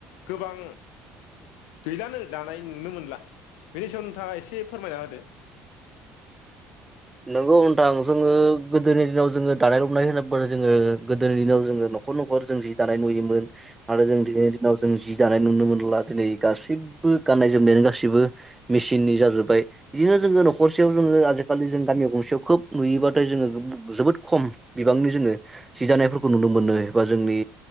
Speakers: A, on the left; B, on the right.
A: गोबां गैलानो दानाय नुनो मोनला बेनि सायाव नोंथाङा इसे फोरमायना होदो
B: नोंगौ नोंथां जोङो गोदोनि दिनाव जोंङो दानाय लुनाय होनोबानो जोंङो गोदोनि दिनाव जोंङो न'खर न'खर जि दानाय नुयोमोन आरो जों दिनैनि दिनाव जों जि दानाय नुनो मोनला दिनै गासैबबो गाननाय जोमनायानो गासैबो मिसिननि जाजोब्बाय इदिनो जोङो न'ख करसेयाव जोंङो आजिखालि जों गामियाव गंसेयाव खोब नुयोबाथाय जोङो गोब जोबोद खम बिबांनि जोङो सि दानायफोरखौ नुनो मोननो एबा जोंनि